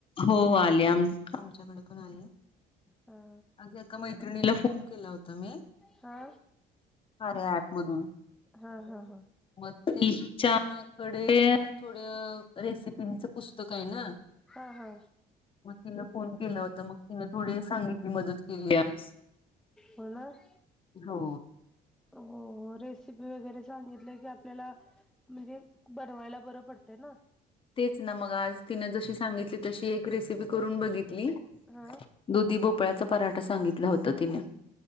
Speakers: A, on the left; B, in the centre.
A: हो आली आच्याकडे पण आले
B: हा
A: ए मैत्रिणीला फोन केला होता मी
B: हा
A: कार्य ॲप मधून
B: हा हा हा
A: मग तिच्याकडे थोड्या रेसिपीचं पुस्तक आहे. ना
B: हा हा
A: मग तिला फोन केला होता. मग तिन थोडी सांगितली मदत केली आज
B: हो ना <inaudible>
A: हो
B: हो रेसिपी वगैरे सांगितलं. की आपल्याला म्हणजे बनवायला बरं पडते. ना
A: तेच ना मग आज तिन जशी सांगितली तशी एक रेसिपी करून बघितली
B: हा
A: दुधी भोपळ्याचा पराठा सांगितला होता. तिने